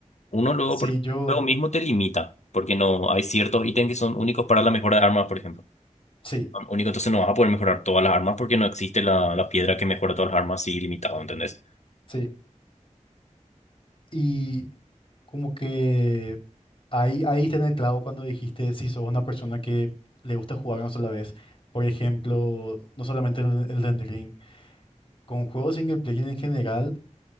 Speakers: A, on the left; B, on the left.
A: uno luego,
B: sí,
A: porque
B: yo,
A: el mismo te limita, porque no hay ciertos ítems que son únicos para la mejora de armas, por ejemplo.
B: sí,
A: Son Único, entonces no vas a poder mejorar todas las armas porque no existe la, la piedra que mejora todas las armas así limitado, ¿entendés?
B: sí. Y como que ahí, ahí está en el clavo cuando dijiste si sos una persona que le gusta jugar una sola vez. Por ejemplo, no solamente el, el Elden Ring, con juegos single player en general